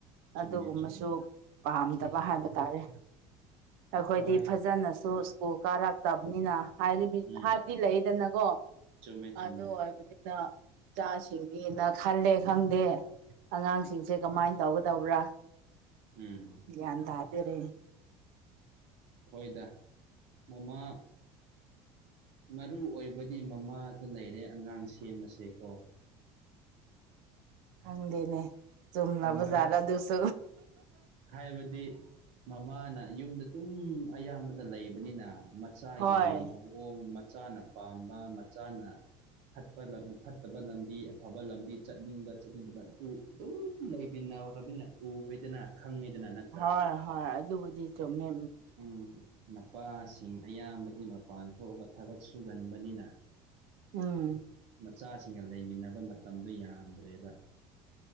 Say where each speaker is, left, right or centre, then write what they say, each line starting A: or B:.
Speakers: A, on the right; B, on the right.
A: ꯆꯨꯝꯃꯦ
B: ꯑꯗꯨꯒꯨꯝꯕꯁꯨ
A: ꯆꯨꯝꯃꯦ
B: ꯄꯥꯝꯗꯕ ꯍꯥꯏꯕ ꯇꯥꯔꯦ ꯑꯩꯈꯣꯏꯗꯤ
A: ꯍꯣꯏ
B: ꯐꯖꯅꯁꯨ ꯁ꯭ꯀꯨꯜ ꯀꯥꯔꯛ ꯇꯕꯅꯤꯅ ꯍꯥꯏꯔꯤꯕ
A: ꯎꯝ
B: ꯍꯥꯏꯕꯗꯤ ꯂꯩꯗꯅꯀꯣ
A: ꯆꯨꯝꯃꯦ ꯆꯨꯝꯃꯦ
B: ꯑꯗꯨ ꯑꯣꯏꯕꯅꯤꯅ ꯃꯆꯥꯁꯤꯡꯅꯦꯅ ꯈꯜꯂꯦ ꯈꯪꯗꯦ ꯑꯉꯥꯡꯁꯤꯡꯁꯦ ꯀꯃꯥꯏꯅ ꯇꯧꯒꯗꯧꯕ꯭ꯔꯥ
A: ꯎꯝ
B: ꯒ꯭ꯌꯥꯟ ꯇꯥꯗꯔꯦ
A: ꯍꯣꯏꯗ ꯃꯃꯥ ꯃꯔꯨ ꯑꯣꯏꯕꯗꯤ ꯃꯃꯥꯗ ꯂꯩꯔꯦ ꯑꯉꯥꯡ ꯁꯦꯝꯕꯁꯦ ꯀꯣ
B: ꯍꯪꯗꯤꯦꯅꯦ ꯆꯨꯝꯅꯕ
A: ꯃꯔ
B: ꯖꯠꯔꯗꯨꯁꯨ
A: ꯍꯥꯏꯕꯗꯤ ꯃꯃꯥꯅ ꯌꯨꯝꯗ ꯇꯨꯝ ꯑꯌꯥꯝꯕꯅ ꯂꯩꯕꯅꯤꯅ ꯃꯆꯥꯒꯤ
B: ꯍꯣꯏ
A: ꯃꯑꯣꯡ ꯃꯆꯥꯅ ꯄꯥꯝꯕ ꯃꯆꯥꯅ ꯐꯠꯄ ꯐꯠꯇꯕ ꯂꯝꯕꯤ ꯑꯐꯕ ꯂꯝꯕꯤ ꯆꯠꯅꯤꯡꯕ ꯆꯠꯅꯤꯡꯗꯕ ꯎ ꯑꯗꯨꯝ ꯂꯩꯃꯤꯟꯅꯈꯔꯕꯅ ꯎꯕꯦꯗꯅ ꯈꯪꯉꯗꯅ ꯅꯠꯇ꯭ꯔꯥ
B: ꯍꯣꯏ ꯍꯣꯏ ꯑꯗꯨꯕꯨꯗꯤ ꯆꯨꯝꯃꯦ
A: ꯎꯝ ꯃꯄꯥꯁꯤꯡ ꯑꯌꯥꯝꯕꯒꯤ ꯃꯄꯥꯟ ꯊꯣꯛꯑꯒ ꯊꯕꯛ ꯁꯨꯒꯟꯕꯅꯤꯅ
B: ꯎꯝ
A: ꯃꯆꯥꯁꯤꯡꯒ ꯂꯩꯃꯤꯟꯅꯕ ꯃꯇꯝꯗꯨ ꯌꯥꯝꯗ꯭ꯔꯦꯕ